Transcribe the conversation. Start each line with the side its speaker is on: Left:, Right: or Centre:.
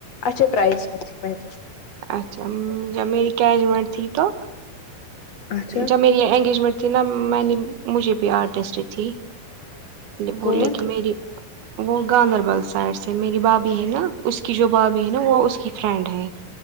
Left: اچھا پرائز <unintelligible> میں اس کو
Right: اچھا میری انگیجمنٹ تھی تو
Left: اچھا
Right: جب میری یہ انگیجمنٹ تھی نا میں نے مجھے بھی آرٹسٹیک تھی وہ
Left: کون
Right: لیکن میری وہ گاندربل سائڈ سے میری بھابھی ہے نا اس کی جو بھابھی ہے نا وہ اس کی فرینڈ ہے